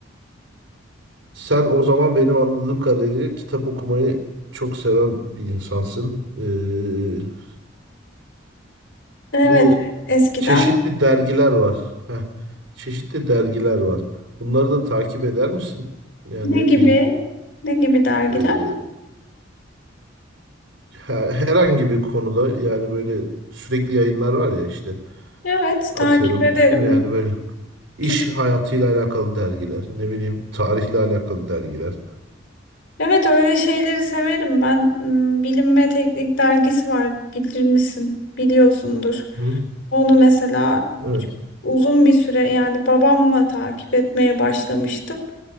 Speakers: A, on the right; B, on the left.
A: Sen o zaman benim anladığım kadarıyla kitap okumayı çok seven bir insansın. Ee,
B: Evet.
A: Bu
B: Eskiden
A: çeşitli dergiler var. Heh, çeşitli dergiler var. Bunları da takip eder misin? Yani
B: ne
A: ne
B: gibi
A: bileyim
B: ne gibi dergiler?
A: e, he- herhangi bir konuda yani böyle sürekli yayınlar var ya işte
B: Evet takip
A: atıyorum
B: ederim.
A: yani böyle iş
B: Tüm-
A: hayatıyla alakalı dergiler ne bileyim tarihle alakalı dergiler.
B: Evet öyle şeyleri severim ben. Hmm, Bilim ve Teknik dergisi var bilir misin? Biliyorsundur.
A: Hı?
B: Onu mesela
A: Evet.
B: uzun bir süre yani babamla takip etmeye başlamıştım.